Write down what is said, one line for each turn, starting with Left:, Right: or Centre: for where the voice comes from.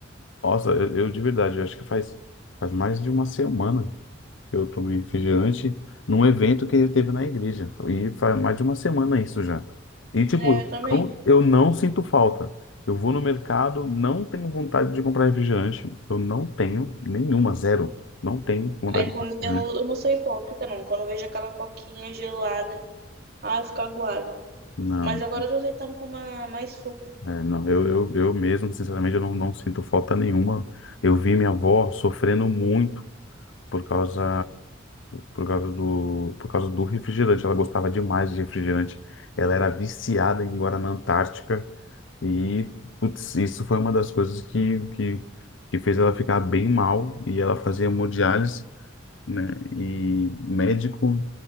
Left: nossa, eu, eu de verdade, eu acho que faz, faz mais de uma semana que eu tomei refrigerante num evento que ele teve na igreja. E faz mais de uma semana isso já. E, tipo,
Right: É,
Left: eu
Right: eu também.
Left: não, eu não sinto falta. Eu vou no mercado, não tenho vontade de comprar refrigerante. Eu não tenho nenhuma, zero. Não tenho vontade
Right: Aí eu
Left: de
Right: não,
Left: comprar refrigerante.
Right: eu não, eu não sou hipócrita, não. Quando eu vejo aquela coquinha gelada, ah, eu fico aguada.
Left: Não,
Right: Mas agora eu tô tentando tomar mais suco.
Left: é, não. Eu, eu, eu mesmo, sinceramente, eu não, não sinto falta nenhuma. Eu vi minha avó sofrendo muito por causa, por causa do, por causa do refrigerante. Ela gostava demais de refrigerante. Ela era viciada em Guaraná Antártica e, putz, isso foi uma das coisas que, que, que fez ela ficar bem mal e ela fazia hemodiálise né? E médico